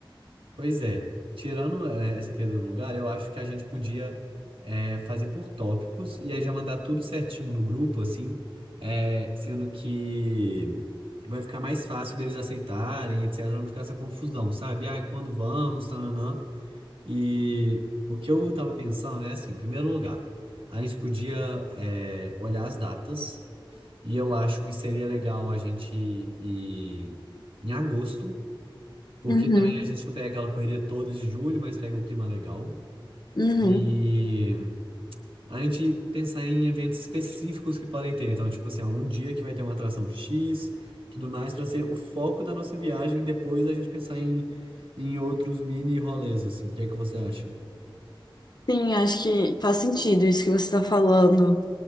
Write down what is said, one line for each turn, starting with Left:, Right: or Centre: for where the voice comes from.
Right: Pois é, tirando eh, essa questão do lugar, eu acho que a gente podia eh, fazer por tópicos e aí já mandar tudo certinho no grupo, assim, eh, sendo que vai ficar mais fácil deles aceitarem, etc, não ficar essa confusão, sabe? Ah, quando vamos, tananã. E o que eu tava pensando é assim, em primeiro lugar, a gente podia eh, olhar as datas e eu acho que seria legal a gente ir em agosto, porque
Left: Uhum,
Right: também a gente não pega aquela correria toda de julho, mas pega o clima legal.
Left: uhum.
Right: E a gente pensar em eventos específicos que podem ter. Então, tipo assim, algum dia que vai ter uma atração X, tudo mais, para ser o foco da nossa viagem. Depois a gente pensar em, em outros mini rolês, assim. O que é que você acha?
Left: Sim, acho que faz sentido isso que você está falando.